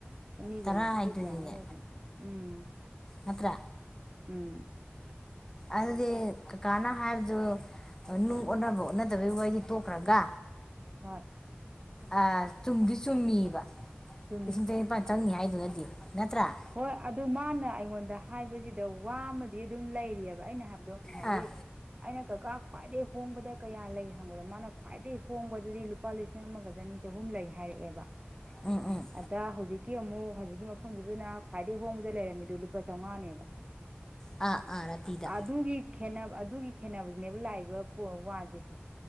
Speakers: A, on the right; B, on the left.
A: ꯆꯅꯤꯒ
B: ꯇꯔꯥ
A: ꯅꯤꯐꯨ
B: ꯍꯥꯏꯗꯨꯅꯤꯅꯦ
A: ꯀꯌꯥꯅꯣ ꯑꯣꯏꯕꯅꯤ ꯎꯝ
B: ꯅꯠꯇ꯭ꯔꯥ
A: ꯎꯝ
B: ꯑꯗꯨꯗꯤ ꯀꯀꯥꯅ ꯍꯥꯏꯕꯗꯣ ꯅꯨꯡ ꯑꯣꯟꯅꯕ ꯑꯣꯟꯅꯗꯕꯩ ꯋꯥꯔꯤꯗꯤ ꯇꯣꯛꯈ꯭ꯔꯒ
A: ꯍꯣꯏ
B: ꯑꯥ ꯆꯨꯝꯗꯤ ꯆꯨꯝꯃꯤꯕ
A: ꯆꯨꯝꯃꯤ
B: ꯂꯤꯁꯤꯡ ꯇꯔꯦꯠꯅꯤꯄꯥꯟ ꯆꯪꯅꯤ ꯍꯥꯏꯗꯨꯅꯗꯤ ꯅꯠꯇ꯭ꯔꯥ
A: ꯍꯣꯏ ꯑꯗꯨ ꯃꯥꯅ ꯑꯩꯉꯣꯟꯗ ꯍꯥꯏꯕꯖꯤꯗ ꯋꯥꯃꯗꯤ ꯑꯗꯨꯝ ꯂꯩꯔꯤꯑꯦꯕ ꯑꯩꯅ ꯍꯥꯏꯕ ꯉꯁꯥꯏꯒꯤ
B: ꯑꯥ
A: ꯑꯩꯅ ꯀꯀꯥ ꯈ꯭ꯋꯥꯏꯗꯩ ꯍꯣꯡꯕꯗ ꯀꯌꯥ ꯂꯩ ꯍꯪꯕꯗ ꯃꯥꯅ ꯈ꯭ꯋꯥꯏꯗꯩ ꯍꯣꯡꯕꯗꯗꯤ ꯂꯨꯄꯥ ꯂꯤꯁꯤꯡ ꯑꯃꯒ ꯆꯅꯤ ꯆꯍꯨꯝ ꯂꯩ ꯍꯥꯏꯔꯛꯑꯦꯕ
B: ꯎꯝ ꯎꯝ
A: ꯑꯥꯗ ꯍꯧꯖꯤꯛꯀꯤ ꯑꯃꯨꯛ ꯍꯧꯖꯤꯛꯀꯤ ꯃꯐꯝꯗꯨꯗꯅ ꯈ꯭ꯋꯥꯏꯗꯩ ꯍꯣꯡꯕꯗ ꯂꯩꯔꯝꯃꯤꯗꯣ ꯂꯨꯄꯥ ꯆꯥꯎꯉꯥꯅꯦꯕ
B: ꯑꯥ ꯑꯥ ꯔꯥꯇꯤꯗ
A: ꯑꯥꯗꯨꯒꯤ ꯈꯦꯅꯕ ꯑꯗꯨꯒꯤ ꯈꯦꯅꯕꯖꯤꯅꯦꯕ ꯂꯥꯛꯏꯕ ꯄꯣ ꯋꯥꯖꯦ